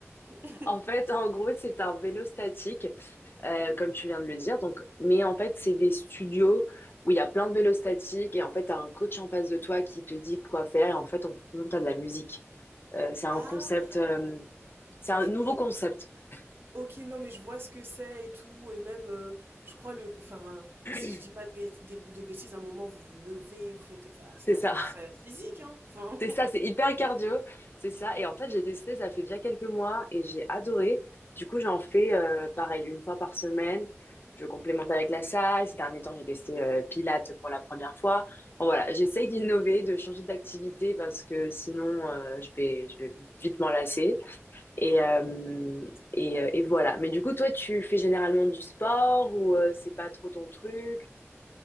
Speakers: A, on the right (about 50°); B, on the left (about 50°).
A: <laughs>
B: en fait, en gros, c'est un vélo statique, euh, comme tu viens de le dire. Donc, mais en fait, c'est des studios où il y a plein de vélos statiques et en fait, t'as un coach en face de toi qui te dit quoi faire et en fait, on monte à de la musique. Euh, c'est un
A: Ah,
B: concept, euh, c'est un
A: je-
B: nouveau
A: euh,
B: concept. <clears throat>
A: ok, non, mais je vois ce que c'est et tout, et même, euh, je crois le, enfin,
B: C'est
A: si je dis pas de, bêt- des- de bêtises, à un moment vous vous levez, vous faites, enfin, ça a
B: ça.
A: l'air, ça a l'air physique, hein, enfin.
B: C'est ça, c'est hyper cardio, c'est ça. Et en fait, j'ai testé, ça fait déjà quelques mois et j'ai adoré. Du coup, j'en fais euh, pareil, une fois par semaine. Je complémente avec la salle. Ces derniers temps, j'ai testé euh, Pilates pour la première fois. Bon, voilà, j'essaye d'innover, de changer d'activité parce que sinon, euh, je vais, je vais vite m'en lasser. Et,
A: <laughs> Ok.
B: euh, et, euh, et voilà. Mais du coup, toi, tu fais généralement du sport ou euh, c'est pas trop ton truc?